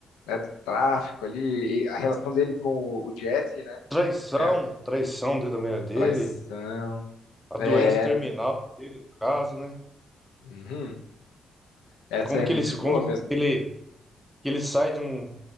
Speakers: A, on the left; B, in the centre.
A: né, do tráfico ali, e a relação dele com o, o Jesse, né?
B: Traição,
A: É,
B: traição dentro da meio dele,
A: traição.
B: a doença
A: É,
B: terminal dele, no caso, né?
A: uhum. Essa
B: Como
A: é
B: que
A: muito
B: ele, se- como
A: boa mesmo.
B: que ele, que ele sai de um,